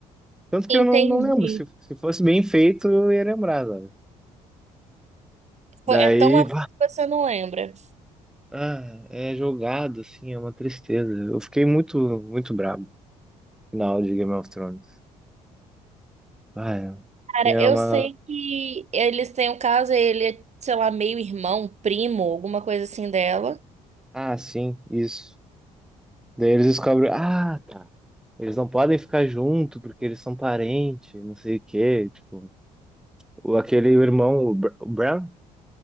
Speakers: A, in the centre; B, on the right.
A: Tanto que
B: Entendi.
A: eu não, não lembro. Se, se fosse bem feito, eu ia lembrar, sabe?
B: Foi-
A: Daí.
B: É tão a fundo que você não lembra.
A: Ah, é jogado, assim, é uma tristeza. Eu fiquei muito, muito brabo no final de Game of Thrones. Ah, é.
B: Cara,
A: Tem
B: eu
A: uma.
B: sei que eles têm um caso, ele é, sei lá, meio irmão, primo, alguma coisa assim dela.
A: Ah, sim, isso. Daí eles descobrem. Ah, tá. Eles não podem ficar junto porque eles são parentes, não sei o quê. Tipo, o, aquele irmão, o, Br o Bran,